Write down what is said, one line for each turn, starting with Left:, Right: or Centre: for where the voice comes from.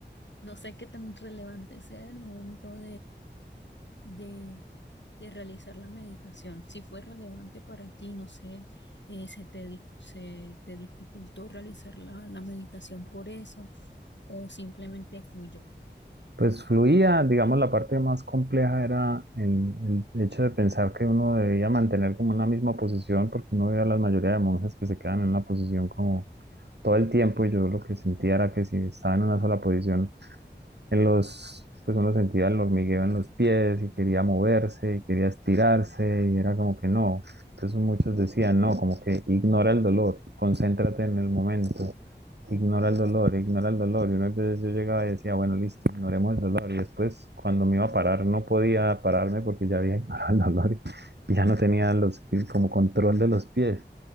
Left: no sé qué tan relevante sea el momento de, de realizar la meditación, si fue relevante para ti, no sé, eh, se te, dif- se te dificultó realizar la, la meditación por eso o simplemente fluyó.
Right: Pues fluía, digamos, la parte más compleja era el, el hecho de pensar que uno debía mantener como una misma posición, porque uno veía a la mayoría de monjes que se quedan en una posición como todo el tiempo, y yo lo que sentía era que si estaba en una sola posición, en los, pues uno sentía el hormigueo en los pies y quería moverse y quería estirarse y era como que no. Entonces muchos decían, no, como que ignora el dolor, concéntrate en el momento, ignora el dolor, ignora el dolor. Y unas veces yo llegaba y decía, bueno, listo, ignoremos el dolor. Y después cuando me iba a parar no podía pararme porque ya había <laughs> ignorado el dolor y ya no tenía los, como control de los pies.